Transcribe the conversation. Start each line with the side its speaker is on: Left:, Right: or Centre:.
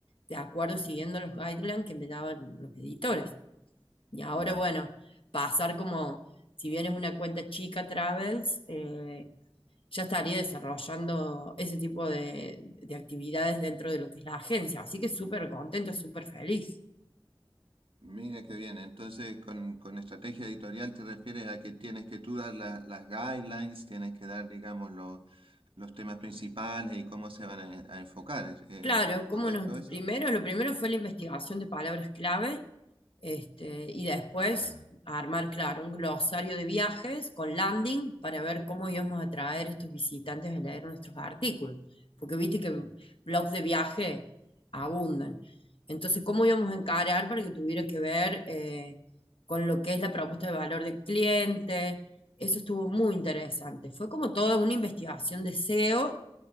Left: de acuerdo, siguiendo los guidelines que me daban los editores. Y ahora,
Right: ya.
Left: bueno, pasar como, si bien es una cuenta chica Travels, eh, ya estaría desarrollando ese tipo de, de actividades dentro de lo que es la agencia. Así que súper contento, súper feliz.
Right: Mira qué bien, entonces con, con estrategia editorial te refieres a que tienes que tú dar la- las guidelines, tienes que dar, digamos, los, los temas principales y cómo se van a, a enfocar, ¿es, eh,
Left: Claro,
Right: es correcto
Left: cómo nos,
Right: eso?
Left: primero, lo primero fue la investigación de palabras clave, este, y después
Right: Ah.
Left: armar, claro, un glosario de viajes con landing para ver cómo íbamos a traer estos visitantes a leer nuestros artículos, porque viste que blogs de viaje abundan. Entonces, ¿cómo íbamos a encarar para que tuviera que ver eh, con lo que es la propuesta de valor del cliente? Eso estuvo muy interesante. Fue como toda una investigación de SEO